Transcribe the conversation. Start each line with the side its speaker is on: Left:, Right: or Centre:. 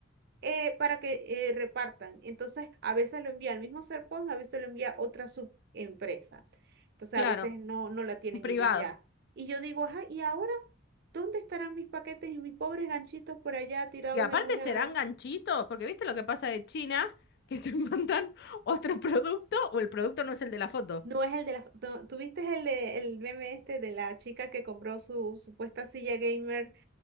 Right: eh, para que eh, repartan. Entonces, a veces lo envía el mismo Serpons, a veces lo envía otra subempresa. Entonces,
Left: Claro,
Right: a veces no, no la tienen
Left: un privado.
Right: ellos ya. Y yo digo, ajá, ¿y ahora dónde estarán mis paquetes y mis pobres ganchitos por allá tirados
Left: Y aparte
Right: en una...
Left: serán ganchitos, porque viste lo que pasa de China, que te <laughs> mandan otro producto o el producto no es el de la foto.
Right: No es el de la... no, ¿tuviste el de, el meme este de la chica que compró su supuesta silla gamer